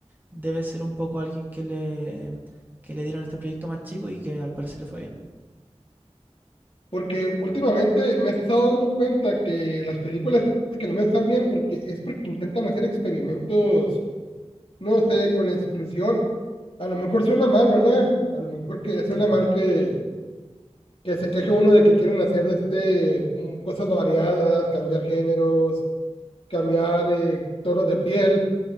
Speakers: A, on the right (about 15°); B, on the left (about 55°).
A: debe ser un poco alguien que le, que le dieron este proyecto más chico y que al parecer le fue bien.
B: Porque últimamente me he estado dando cuenta que las películas que no les están bien, porque es porque intentan hacer experimentos, no sé, con la exclusión. A lo mejor suena mal, ¿verdad? A lo mejor que suena
A: Claro.
B: mal que, que se queje uno de que quieren hacer este, mm, cosas variadas, cambiar géneros, cambiar eh, tonos de piel,